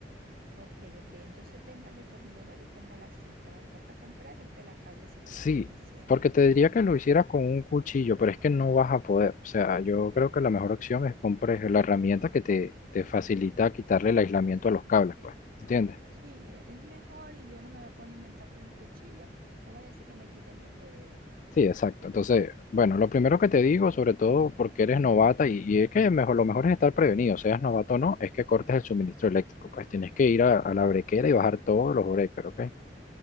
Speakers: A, on the right; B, on the left.
A: Ok, ok, entonces tengo el destornillador y tengo la cinta. Me falta comprar es el pelacable ese que
B: Sí,
A: me estás diciendo.
B: porque te diría que lo hicieras con un cuchillo, pero es que no vas a poder. O sea, yo creo que la mejor opción es compres la herramienta que te, te facilita quitarle el aislamiento a los cables, pues. ¿Entiendes?
A: Sí, e- es mejor y yo no me voy a poner a inventar con un cuchillo, no vaya a ser que me quite medio dedo.
B: Sí, exacto. Entonces, bueno, lo primero que te digo, sobre todo porque eres novata y, y es que mejor, lo mejor es estar prevenido, seas novato o no, es que cortes el suministro eléctrico. Pues tienes que ir a, a la brequera y bajar todos los breakers, ¿ok?